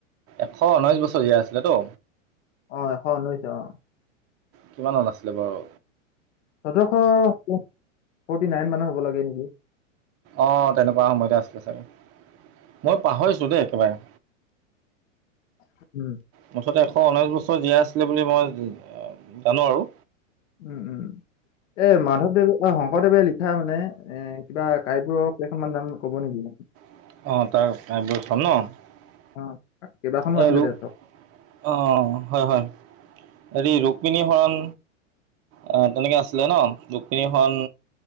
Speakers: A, on the right; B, on the left.
A: এশ ঊনৈশ বছৰ জীয়াই আছিলেতো।
B: অ' এশ ঊনৈশ অ'।
A: কিমান ত আছিলে বাৰু।
B: <unintelligible> মানত হ'ব লাগে নেকি?
A: অ, তেনেকুৱা সময়তে আছিলছিলে চাগে, মই পাহৰিছো। তে একেবাৰে,
B: উম,
A: মুঠতে এ শ ঊনৈছ বছৰ জীয়াা আছিলে বুলি ম, জানো আৰু।
B: উম, উম, এ, মাধৱদেৱে, শংকৰদেৱে লিখা মানে এ কিবা কাইব কেইখনমান নাম কব নেকি।
A: <unintelligible>
B: অ, কেইবাখনো
A: এ
B: আছিলে
A: ৰোগ
B: দে চব।
A: অ, হয় হয়। হেৰি ৰুক্মণী হৰণ। অ, তেনেকে আছিলে ন ৰুক্মণী হৰণ।